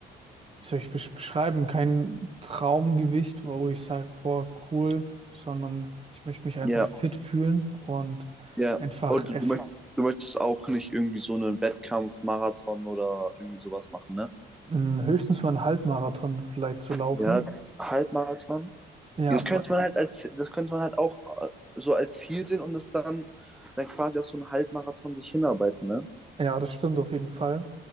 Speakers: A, on the right (about 30°); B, in the centre.
A: wie soll ich besch- beschreiben, kein Traumgewicht, wo ich sage, boah, cool, sondern ich möchte mich einfach
B: ja,
A: fit fühlen und
B: ja.
A: einfach
B: Und
A: eff-
B: du, du möchtest, du möchtest auch nicht irgendwie so einen Wettkampf, Marathon oder irgendwie sowas machen, ne?
A: m, höchstens mal einen Halbmarathon vielleicht zu laufen.
B: Ja, Halbmarathon?
A: Ja,
B: Das könnte
A: wa-
B: man halt als, das könnte man halt auch äh, so als Ziel sehen und das dann, dann quasi auf so einen Halbmarathon sich hinarbeiten, ne?
A: ja, das stimmt auf jeden Fall.